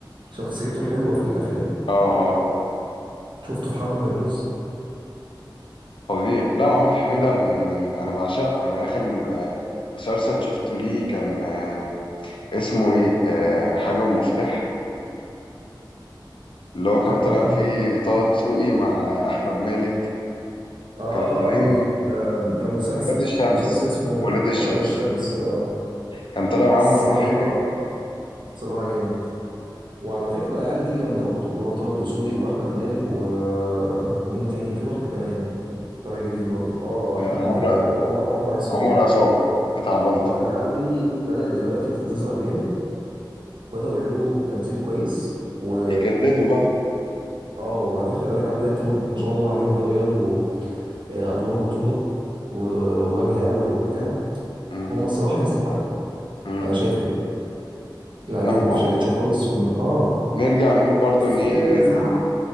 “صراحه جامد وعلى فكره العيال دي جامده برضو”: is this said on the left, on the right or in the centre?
Right